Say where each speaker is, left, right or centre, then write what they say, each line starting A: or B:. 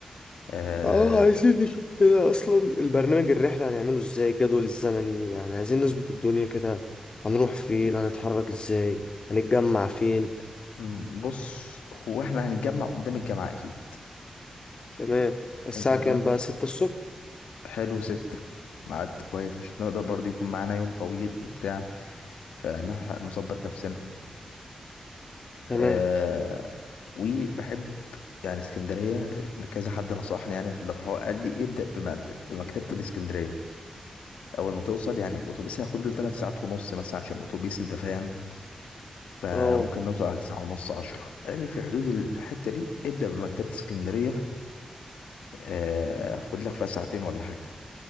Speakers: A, on the left (about 85°); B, on the left (about 50°).
A: آه
B: اه عايزين نشوف كده اصلا البرنامج الرحلة هنعمله ازاي الجدول الزمني يعني عايزين نظبط الدنيا كده هنروح فين هنتحرك ازاي هنتجمع فين
A: م- بص هو احنا هنتجمع قدام الجامعة أكيد
B: تمام الساعة
A: أنت فاهم
B: كام بقى ستة الصبح
A: حلو ست ميعاد كويس عشان نقدر برضو يكون معانا يوم طويل وبتاع فنظبط نفسنا
B: تمام
A: آه وبحب يعني اسكندرية كذا حد نصحني يعني في الرحلة قال لي ابدأ بمد بمكتبة الاسكندرية أول ما توصل يعني الأتوبيس هياخد له تلات ساعات ونص مثلا عشان أتوبيس أنت فاهم فممكن
B: اه
A: نوصل على تسعة ونص عشرة قال لي في حدود الحتة دي ابدأ بمكتبة اسكندرية آه خد لك فيها ساعتين ولا حاجة